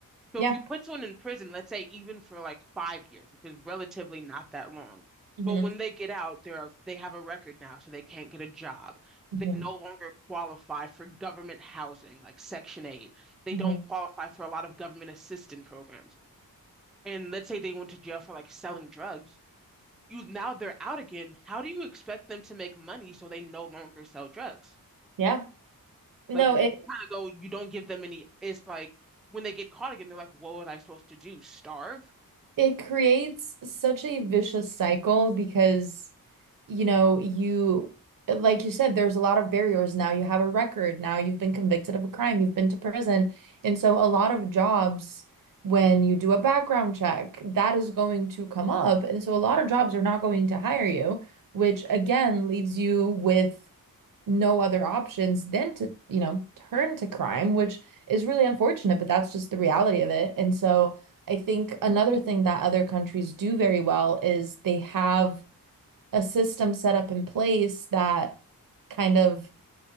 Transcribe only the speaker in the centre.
So
if you put someone in prison, let's say even for like five years, which is relatively not that long,
but when they get out, they're they have a record now, so they can't get a job. They
no longer qualify for government housing, like Section 8. They
don't qualify for a lot of government assistance programs. And let's say they went to jail for like selling drugs. You now they're out again. How do you expect them to make money so they no longer sell drugs?
Like kind
of go, you don't give them any. It's like when they get caught again, they're like, what was I supposed to do? Starve?